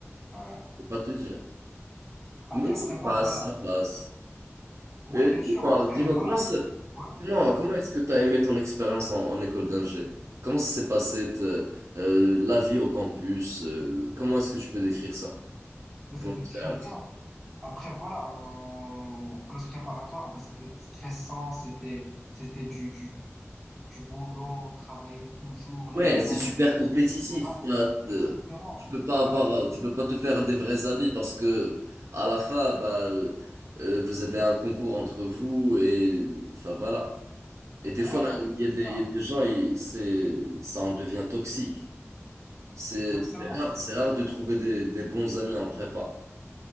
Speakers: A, in the centre; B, on the right.
A: ouais.
B: faut pas te dire.
A: Après,
B: Mais ça
A: prépa,
B: passe,
A: voilà.
B: ça passe.
A: Ouais,
B: Mais
A: bien
B: dis-moi,
A: sûr. Après,
B: dis-moi,
A: voilà.
B: comment ça-
A: Ouais,
B: comment,
A: vas-y.
B: comment est-ce que tu as aimé ton expérience en, en école d'ingé? Comment ça s'est passé te- euh, la vie au campus? euh, comment est-ce que tu peux décrire ça,
A: Bah, c'était
B: ton expérience?
A: très bien. Après, voilà, en classe préparatoire, bah, c'était stressant, c'était, c'était du, du, du boulot, on travaillait toujours, les
B: Ouais,
A: annales,
B: c'est super
A: comme t'as
B: compétitif.
A: dit, etc.
B: T'as-
A: Exactement.
B: euh, tu peux pas avoir,
A: Bah, là,
B: euh, tu peux pas te faire des vrais amis parce que à la fin, bah, euh, euh, vous avez un concours entre vous et enfin voilà. Et des
A: ouais,
B: fois, là,
A: en
B: il
A: fait, c'est
B: y a des,
A: ça.
B: il y a des gens, ils- c'est, ça en devient toxique. C'est
A: Exactement.
B: c'est rare, c'est rare de trouver des, des bons amis en prépa.